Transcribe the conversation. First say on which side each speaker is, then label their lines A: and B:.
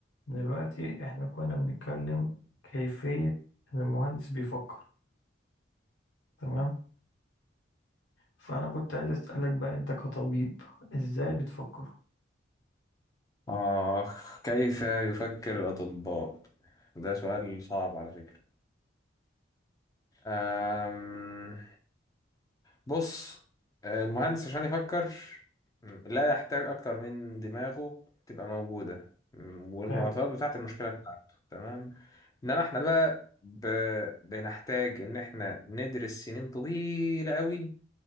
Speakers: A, on the left; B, on the left.
A: دلوقتي احنا كنا بنتكلم كيفية ان المهندس بيفكر تمام فانا كنت عايز اسألك بقى انت كطبيب ازاي بتفكر
B: آخ كيف يفكر الأطباء؟ ده سؤال صعب على فكرة أم... بص المهندس عشان يفكر لا يحتاج أكتر من دماغه تبقى موجودة والمعطيات
A: حلو
B: بتاعة المشكلة بتاعته تمام إنما إحنا بقى ب... بنحتاج إن إحنا ندرس سنين طويلة أوي